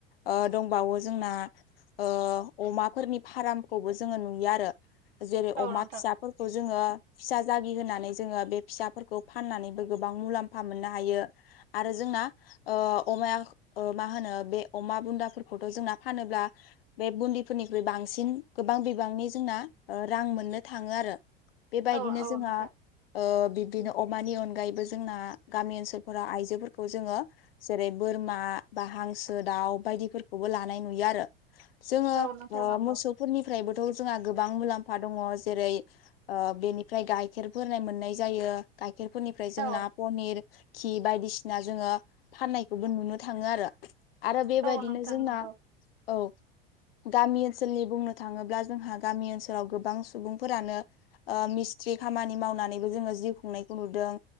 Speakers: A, on the left; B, on the right.
A: ओ दंबावो जोंना ओ अमाफोरनि फार्मखौबो जोंङो नुयो आरो जेरै
B: औ
A: अमा
B: नोंथां
A: फिसा फोरखौ जोंङो फिसा जागि होनानै जोंङो बे फिसाफोरखौ फाननानैबो गोबां मुलाम्फा मोननो हायो। आरो जोंना ओ अमाया ओ मा होनो बे अमा बुन्दाफोरखौथ' जोंना फानोब्ला बे बुन्दिफोरनिख्रुइ बांसिन गोबां बिबांनि जोंना ओ रां मोननो थाङो आरो। बेबायदिनो
B: औ औ
A: जोंहा
B: नोंथां
A: ओ बिब्दिनो अमानि अनगायैबो जोंना गामि ओनसोलफोराव आइजोफोरखौ जोंङो जेरै बोरमा बा हांसो दाउ बायदिफोरखौबो लानाय नुयो आरो जोंङो
B: औ नोंथां
A: ओ
B: नंगौ
A: मोसौ फोरनिफ्रायबोथ' जोंहा गोबां मुलाम्फा दङ जेरै ओ बेनिफ्राय गाइखेरफोरनाय मोननाय जायो। गाइखेरफोरनिफ्राय जोंना
B: औ
A: पनिर घि बायदिसिना जोंङो फाननायखौबो नुनो थाङो आरो आरो बेबायदिनो
B: औ नोंथां
A: जोंना
B: नंगौ
A: औ। गामि ओनसोलनि बुंनो थाङोब्ला जोंहा गामि ओनसोलाव गोबां सुबुंफोरानो ओ मिस्ट्रि खामानि मावनानैबो जोंङो जिउ खुंनायखौ नुदों।